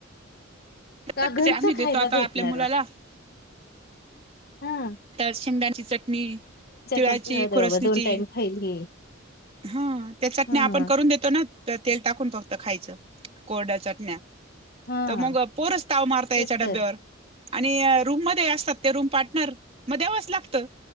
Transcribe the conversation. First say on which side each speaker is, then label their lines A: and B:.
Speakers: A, on the left (about 50°); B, on the right (about 30°).
A: का
B: म्हणजे
A: घरच
B: आम्ही देतो
A: खायला
B: आता
A: भेटणार
B: आपल्या मुलाला
A: व?
B: हम्म
A: हां
B: शेंगदाण्याची चटणी, तिळाची,
A: करतो अरे
B: खोरसणीची
A: बाबा दोन टाइम खाईल ही
B: हा त्या चटणी
A: हा
B: आपण करून देतो ना त्या तेल टाकून फक्त खायचं कोरड्या चटण्या
A: हा
B: तर मग पोरच ताव मारता याच्या
A: तेच
B: डब्यावर
A: तर
B: आणि रूम मध्ये असतात ते रूम पार्टनर मग देवस लागतं